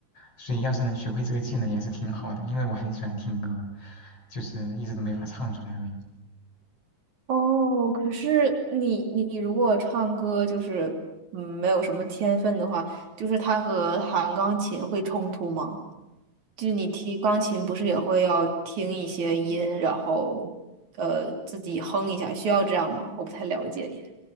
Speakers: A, on the left; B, on the right.
A: 所以要是能学会这个技能也是挺好的，因为我很喜欢听歌，就是一直都没法唱出来而已。
B: 哦，可是你你如果唱歌就是嗯没有什么天分的话，就是它和弹钢琴会冲突吗？就你听钢琴不是也会要听一些音，然后呃自己哼一下，需要这样吗？我不太了解耶。